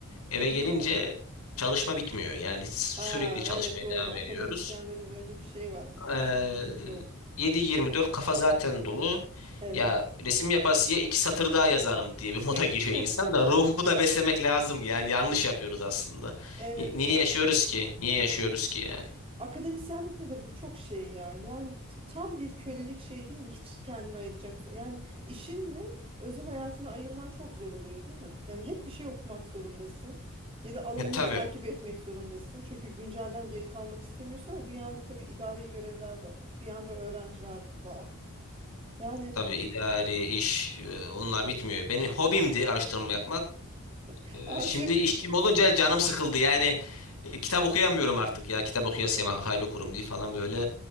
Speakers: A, on the left; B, on the right.
A: eve
B: Hı hı.
A: gelince çalışma bitmiyor. Yani sü-
B: Aa
A: sürekli çalışmaya
B: evet doğru
A: devam
B: akademisyen
A: ediyoruz.
B: dedim öyle bir şey var bir de
A: Ee,
B: sizin şey yok.
A: yedi yirmi dört kafa zaten dolu.
B: Evet.
A: Ya resim yapası ya iki satır daha yazarım diye bir moda giriyor
B: <laughs>
A: insan da ruhu da beslemek lazım yani yanlış yapıyoruz aslında.
B: Evet.
A: Ni- Niye yaşıyoruz ki? Niye yaşıyoruz ki yani?
B: Akademisyenlikte de bu çok şey ya. Yani t- tam bir kölelik şey değil mi? Hiç kendini ayıracaksın. Yani işinle özel hayatını ayırman çok zor oluyor değil mi? Yani hep bir şey okumak zorundasın. Ya da alanını
A: E, tabii
B: takip etmek zorundasın. Çünkü güncelden geri kalmak istemiyorsun ama bir yanda tabii idari görevler de var. Bir yanda öğrenciler var. Yani
A: tabii idari iş e, onlar
B: e,
A: bitmiyor. Benim hobimdi araştırma yapmak.
B: <laughs>
A: Ee,
B: artık
A: Şimdi işim olunca canım sıkıldı. Yani e, kitap okuyamıyorum artık ya. Kitap okuyasıya makale okurum diye falan böyle